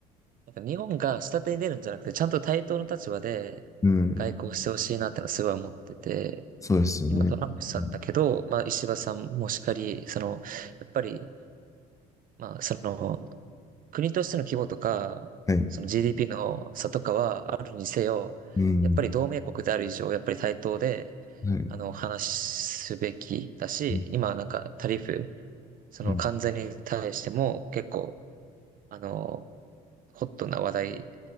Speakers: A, on the right; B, on the left.
A: なんか日本が下手に出るんじゃなくて、ちゃんと対等の立場で外交してほしいなってのはすごい思ってて、
B: うん。そうですよね。
A: 今トランプさんだけど、
B: うん
A: まあ石破さんもしかり、その、やっぱり、まあその、国としての規模とか、
B: はい。
A: その GDP の差とかはあるにせよ、
B: うん。
A: やっぱり同盟国である以上、やっぱり対等で、
B: はい。
A: あの、話すべきだし、
B: うん。
A: 今なんかタリフ、その関税に対しても結構、
B: うん。
A: あの、ホットな話題